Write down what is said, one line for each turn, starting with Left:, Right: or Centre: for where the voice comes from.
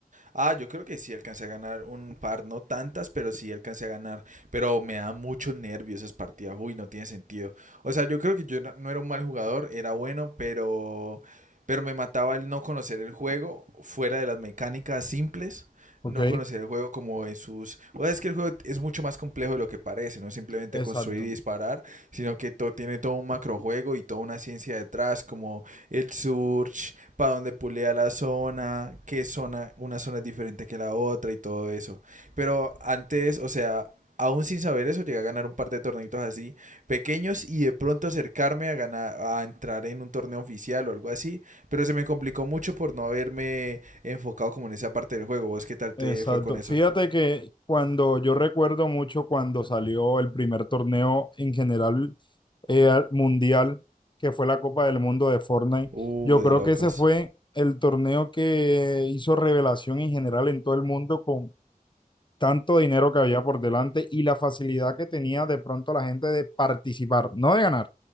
Right: Ah, yo creo que sí alcancé a ganar un par, no tantas, pero sí alcancé a ganar. Pero me da mucho nervio esas partidas. Uy, no tiene sentido. O sea, yo creo que yo era- no era un mal jugador, era bueno, pero, pero me mataba el no conocer el juego fuera de las mecánicas simples.
Left: Ok,
Right: No conocer el juego como en sus... O sea, es que el juego es mucho más complejo de lo que parece, no simplemente
Left: exacto,
Right: construir y disparar, sino que to- tiene todo un macrojuego y toda una ciencia detrás, como el surge para dónde pulea la zona, qué zona, una zona es diferente que la otra y todo eso. Pero antes, o sea, aún sin saber eso, llegué a ganar un par de torneitos así pequeños y de pronto acercarme a ganar, a entrar en un torneo oficial o algo así, pero se me complicó mucho por no haberme enfocado como en esa parte del juego. ¿Vos qué tal te
Left: exacto.
Right: fue con eso?
Left: Fíjate que cuando yo recuerdo mucho cuando salió el primer torneo en general eh, al- mundial, que fue la Copa del Mundo de Fortnite,
Right: Uh,
Left: yo
Right: de
Left: creo
Right: locos.
Left: que ese fue el torneo que hizo revelación en general en todo el mundo con tanto dinero que había por delante y la facilidad que tenía de pronto la gente de participar, no de ganar,